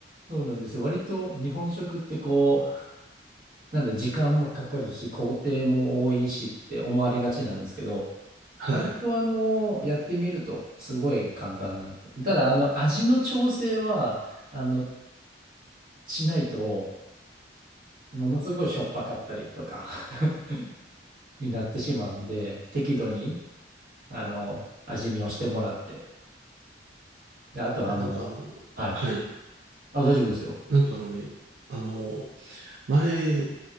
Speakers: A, on the right; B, on the right.
A: そうなんですよ。割と日本食ってこう、なんで時間もかかるし、工程も多いしって思われがちなんですけど、
B: はい。
A: 割とあの、やってみるとすごい簡単なんです。ただあの、味の調整は、あの、しないと、ものすごいしょっぱかったりとか <laughs> になってしまうんで、適度に、あの、味見をしてもらって、で、あとあの、
B: えなんかあの、
A: はい。
B: はい。
A: あ、大丈夫ですよ。
B: なんかあのね、あの、前、